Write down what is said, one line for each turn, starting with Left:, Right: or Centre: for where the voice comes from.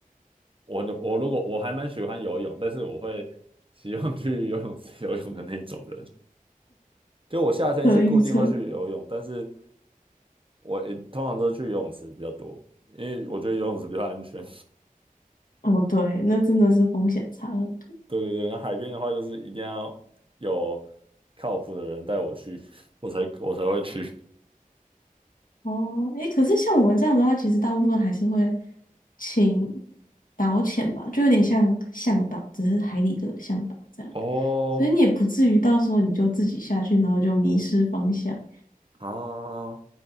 Right: 我我如果我还蛮喜欢游泳，但是我会 <laughs> 喜欢去游泳池游泳的那种人。就我夏天是固定会去游泳，
Left: 可预测。
Right: 但是我也通常都是去游泳池比较多，因为我觉得游泳池比较安全。
Left: 哦，对，那真的是风险差很多
Right: 对对对，那海边的话就是一定要有靠谱的人带我去，<laughs> 我才我才会去。
Left: 哦。诶，可是像我们这样的话，其实大部分还是会请导潜吧，就有点像向导，只是海里的向导这样。
Right: <laughs> 哦，
Left: 所以你也不至于到时候你就自己下去，然后就迷失方向。
Right: 啊，